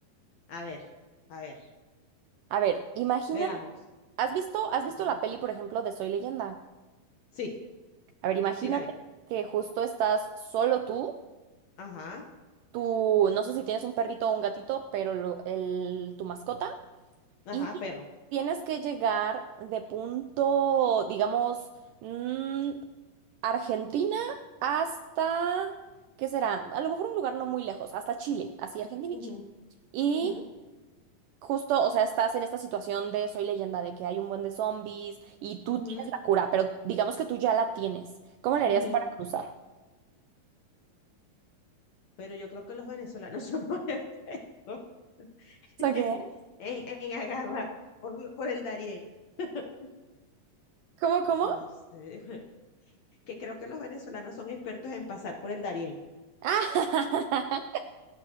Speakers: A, on the left; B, on the right.
A: a ver, a ver,
B: A ver, imagínate,
A: veamos.
B: ¿has visto, has visto
A: Ujú.
B: la peli, por ejemplo, de Soy Leyenda?
A: Sí,
B: A ver, imagínate
A: sí la vi.
B: que justo estás solo tú,
A: Ajá,
B: tú, no sé si tienes un perrito o un gatito, pero lo- el, tu mascota
A: ajá,
B: Y
A: perro.
B: tienes que llegar de punto, digamos, mm, Argentina hasta, ¿qué será? A lo mejor un lugar no muy lejos, hasta Chile, así Argentina y
A: Ujú,
B: Chile. Y
A: ujú,
B: justo, o sea, estás en esta situación de soy leyenda, de que hay un buen de zombies y tú
A: ujú,
B: tienes la cura, pero digamos que tú ya la tienes. ¿Cómo le
A: ujú.
B: harías para cruzar?
A: Pero yo creo que los venezolanos <laughs> somos expertos <laughs> en,
B: ¿Qué?
A: en agarrar por, por el Darién. <laughs>
B: ¿Cómo, cómo?
A: No sé, <laughs> que creo que los venezolanos son expertos en pasar por el Darién.
B: Ah, <laughs>